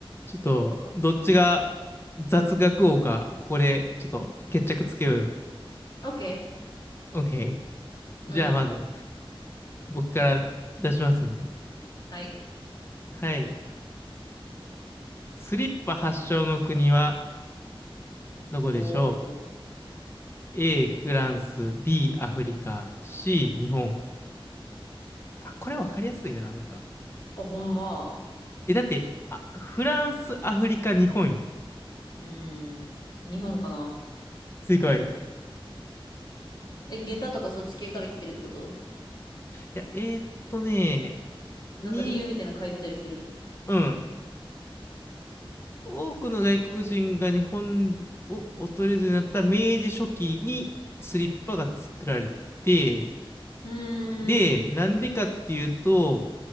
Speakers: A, on the left; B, on the left.
A: ちょっと、どっちが雑学王か、ここでちょっと決着つけようよ。
B: オッケ
A: OK。じゃあまず、
B: ー。うん。
A: 僕から出しますね。
B: はい。
A: はい。スリッパ発祥の国はどこでしょ
B: おお。
A: う ?A、フランス、B、アフリカ、C、日本。あ、これわかりやすいな、なんか。
B: あ、ほんま。
A: え、だって、あ、フランス、アフリカ、日本よ。
B: うん。日本かな。
A: 正解。い
B: え、下駄とかそっち系から来てるってこと
A: や、えーっとね、
B: なんか理由みたいなの書いてたりする
A: に、うん。多くの外国人が日本を訪れずになった明治初期にスリッパが作られて、
B: うーん。
A: で、なんでかっていうと、